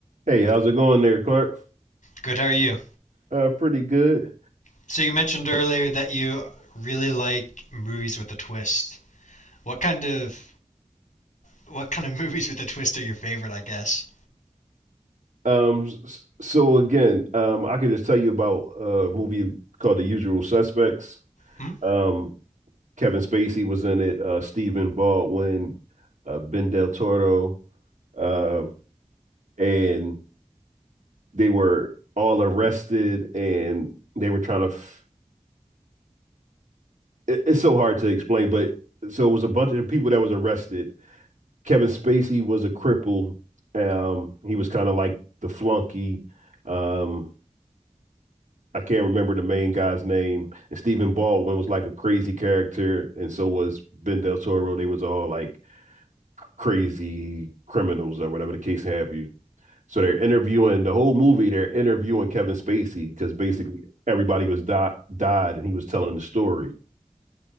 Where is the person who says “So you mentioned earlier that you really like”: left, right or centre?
Left